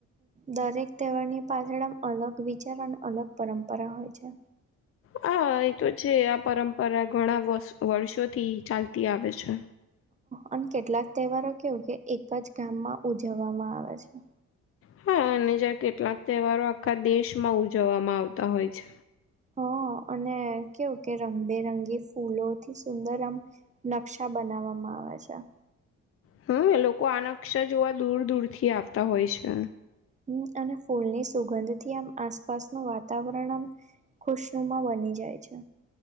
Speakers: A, on the right; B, on the left.
A: દરેક તહેવારની પાછળમાં અલગ વિચાર અને અલગ પરંપરા હોય છે.
B: હા એ તો છે. આ પરંપરા ઘણા વર્ષોથી ચાલતી આવે છે.
A: અને કેટલાક તહેવારો કેવું કે એક જ ગામમાં ઉજવવામાં આવે છે
B: હા અને જ્યારે કેટલાંક તહેવારો આખા દેશમાં ઉજવવામાં આવતા હોય છે.
A: હા અને કેવું કે રંગબેરંગી ફૂલોથી સુંદર આમ નકશા બનાવવાવામાં હાછા
B: હમ લોકો આ નકશા જોવા દૂર દૂર થી આવતા હોય છે
A: હમ અને ફૂલની સુગંધથી આમ આસપાસ ન વાતાવરણ આમ ખુશુમાં બની જાય છે